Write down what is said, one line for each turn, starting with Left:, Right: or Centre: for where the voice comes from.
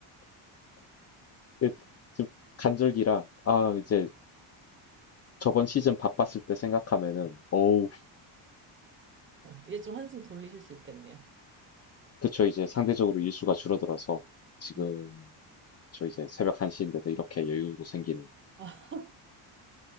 Left: 그, 지금 간절기라, 아, 이제 저번 시즌 바빴을 때 생각하면은, 어우,
Right: 이제 좀 한숨 돌리실 수 있겠네요.
Left: 그쵸, 이제 상대적으로 일수가 줄어들어서, 지금,
Right: 음.
Left: 저 이제 새벽 1시인데도 이렇게 여유도 생기는,
Right: 아,